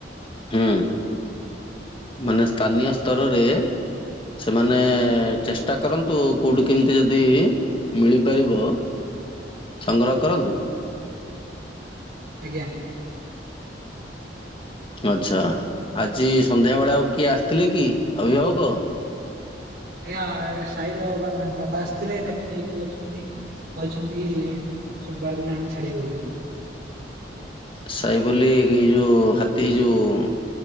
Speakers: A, on the left; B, on the right.
A: ହୁଁ ମାନେ ସ୍ଥାନୀୟ ସ୍ତରରେ ସେମାନେ ଚେଷ୍ଟା କରନ୍ତୁ କୋଉଠୁ କେମିତି ଯଦି ମିଳିପାରିବ ସଂଗ୍ରହ କରନ୍ତୁ।
B: ଆଜ୍ଞା।
A: ଆଚ୍ଛା ଆଜି ସନ୍ଧ୍ୟାବେଳେ ଆଉ କିଏ ଆସିଥିଲେ କି ଅଭିଭାବକ।
B: ଆଜ୍ଞା ସାଇର ବାପା ଆସିଥିଲେ ତାକୁ ନେଇକି ଯାଇଛନ୍ତି। କହିଛନ୍ତି ସୋମବାର ଦିନ ଆଣିକି ଛାଡିବ ବୋଲି।
A: ସାଇ ବୋଲି ଏ ଯୋଉ ହାତୀ ଯୋଉ